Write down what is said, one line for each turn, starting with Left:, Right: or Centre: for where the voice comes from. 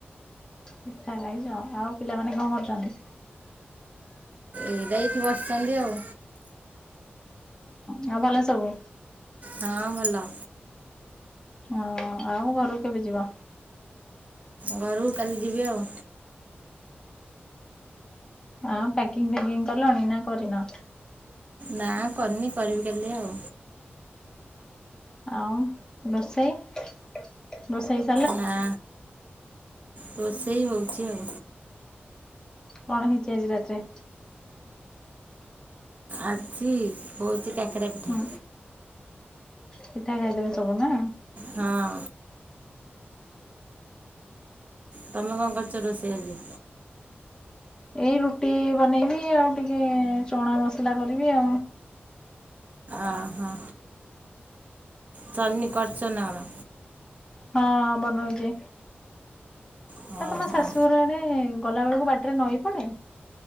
Left: ପିଠା ଖାଇଚ, ଆଉ ପିଲାମାନେ କଣ କରୁଚନ୍ତି?
Right: ଏଇରା ଏଇଠି ବସିଚନ୍ତି ଆଉ।
Left: ହଁ ଆଉ ଭଲ ସବୁ?
Right: ହଁ ଭଲ।
Left: ହଁ ଆଉ ଘରୁକୁ କେବେ ଯିବ?
Right: ଘରୁକୁ କାଲି ଯିବି ଆଉ।
Left: ହଁ ପ୍ୟାକିଂ ଫ୍ୟାକିଂ କଲଣି ନା କରିନ?
Right: ନା କରିନି କରିବି କାଲି ଆଉ।
Left: ଆଉ ରୋଷେଇ-ରୋଷେଇ
Right: ନା ରୋଷେଇ ହଉଚି ଆଉ।
Left: କଣ ହେଇଚି ଆଜି ରାତିରେ?
Right: ଆଜି ହଉଚି କାକେରା ପିଠା।
Left: ହୁଁ ପିଠା ଖାଇଦବେ ସବୁ ନା?
Right: ହଁ। ତମେ କଣ କରିଚ ରୋଷେଇ ଆଜି?
Left: ଏଇ ରୁଟି ବନେଇବି ଆଉ ଟିକେ ଚଣା ମସଲା କରିବି ଆଉ।
Right: ଅହୋ। ସରିନି କରୁଚନ୍ତି ନା କଣ?
Left: ହଁ ବନଉଚି,
Right: ହଁ
Left: ଆଉ ତମ
Right: ହଁ
Left: ଶାଶୁଘର ଆଡ଼େ ଗଲାବେଳକୁ ବାଟରେ ନଈ ପଡ଼େ?